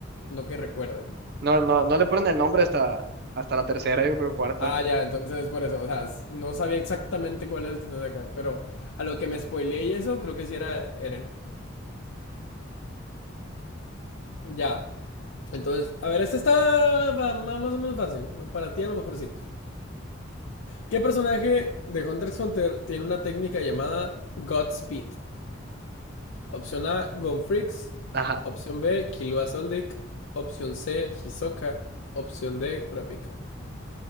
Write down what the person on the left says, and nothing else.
no que recuerde.
Ah, ya, entonces por eso. O sea, s- no sabía exactamente cuál era el titán de ataque. Pero a lo que me spoileé y eso, creo que sí era Eren. Ya. Entonces, a ver, este está va- ma- más o menos fácil. Para ti a lo mejor sí. ¿Qué personaje de Hunter x Hunter tiene una técnica llamada Godspeed? Opción A, Gonfrix.
Opción B, Killua Soldic. Opción C, Hisoka. Opción D, Kurapika.